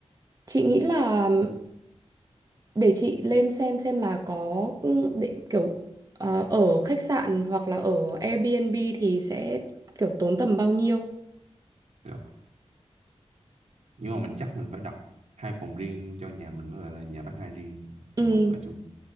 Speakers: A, on the right (about 30°); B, on the right (about 75°).
A: chị nghĩ là để chị lên xem xem là có ừ, để kiểu ờ, ở khách sạn hoặc là ở Airbnb thì sẽ kiểu tốn tầm bao nhiêu.
B: được. nhưng mà mình chắc mình phải đặt hai phòng riêng cho nhà mình với lại là nhà bác hai riêng
A: Ừ.
B: mình không có ở chung